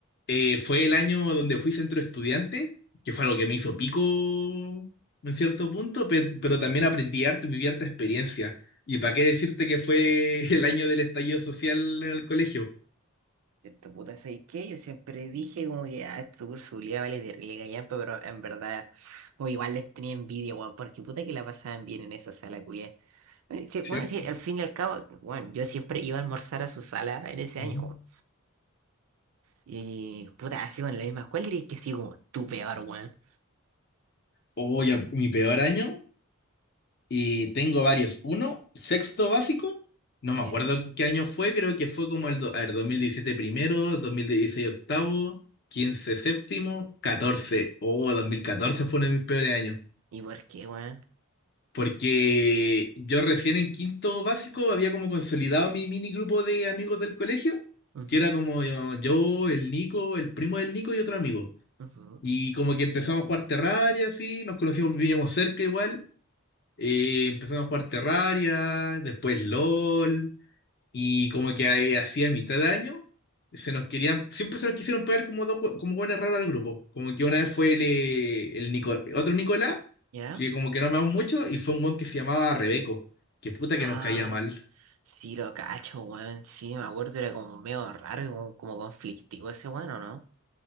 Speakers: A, on the left; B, on the right.
A: eh, fue el año donde fui centro estudiante, que fue algo que me hizo pico en cierto punto, pe- pero también aprendí arte y viví harta experiencia. ¿Y para qué decirte que fue <laughs> el año del estallido social en el colegio?
B: Cierto, puta, ¿sabes qué? Yo siempre dije como que, ah, estos cursos culiados vale de relega gallampa, pero en verdad, o igual les tenía envidia, weón, porque puta que la pasaban bien en esa sala culiada. Bueno, sí,
A: ¿Cierto?
B: bueno, sí, al fin y al cabo, bueno, yo siempre iba a almorzar a su sala en ese
A: Ujú.
B: año, weón. Y, puta, así, bueno, la misma, ¿cuál dirías que así como tu peor, weón?
A: Oh, ya, mi peor año, y tengo varios. Uno, sexto básico, no me
B: ¿Ya?
A: acuerdo en qué año fue, creo que fue como el do- a ver, 2017 primero, 2016 octavo, 15 séptimo, catorce Oh, 2014 fue uno de mis peores años.
B: ¿Y por qué, weón?
A: Porque yo recién en quinto básico había como consolidado mi mini grupo de amigos del colegio,
B: Ujú,
A: que era como yo, yo, el Nico, el primo del Nico y otro amigo.
B: ujú,
A: Y como que empezamos a jugar Terraria, así, nos conocimos, vivíamos cerca igual. eh, empezamos a jugar Terraria, después LOL, y como que ahí, así a mitad de año, se nos querían, siempre se nos quisieron pagar como dos, hue- como buenas raras al grupo. Como que una vez fue el, eh, el Nico- otro Nicolás,
B: ¿Ya?
A: que como que no amamos mucho, y fue un weón que se llamaba Rebeco, que puta
B: Ah,
A: que nos caía mal.
B: sí lo cacho, weón, sí, me acuerdo, era como medio raro, y como, como conflictivo ese weón, ¿o no?